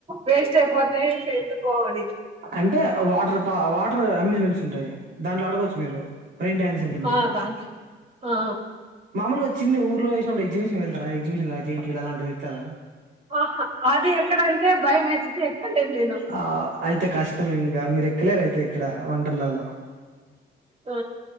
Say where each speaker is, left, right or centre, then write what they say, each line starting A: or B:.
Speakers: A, on the right; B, on the right.
A: వేస్ట్ అయిపోతే ఇంకా ఎందుకు అని
B: అంటే వాటర్ పార్. వాటర్ అమ్యూజ్మెంట్స్ దాంట్లో ఆడుకోవచ్చు. మీరు రెయిన్ డ్యాన్స్ ఉంటుంది
A: ఆ! దాంట్లో ఆ!
B: మామూలుగా చిన్న ఊర్లో. అప్పుడే. ఎగ్జిబిషన్ వెళ్తారా ఎగ్జిబిషన్ లా జెం జెయింట్ వీల్ అలాంటి వి ఎక్కుతార.
A: ఆహా అది ఎక్కడానికే భయం వేసేసి ఎక్కలేదు నేను.
B: ఆ అయితే. కష్టం ఇంకా మీరు ఎక్కలేరు అయితే ఇక్కడ వండర్లాలో.
A: ఆ